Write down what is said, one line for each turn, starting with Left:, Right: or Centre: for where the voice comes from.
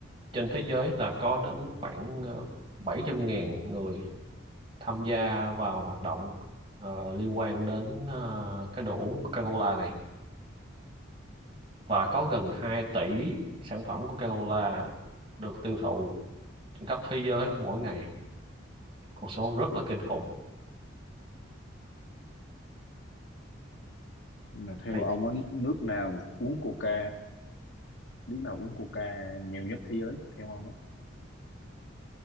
Right: trên thế giới là có đến khoảng ờ, bảy trăm ngàn người tham gia vào hoạt động ờ, liên quan đến ờ, cái đồ uống Coca-Cola này và có gần 2 tỷ sản phẩm Coca-Cola được tiêu thụ trên khắp thế giới mỗi ngày, con số rất là kinh khủng.
Left: mà theo
Right: Thì
Left: ông á nước nào uống coca nước nào uống coca nhiều nhất thế giới theo ông á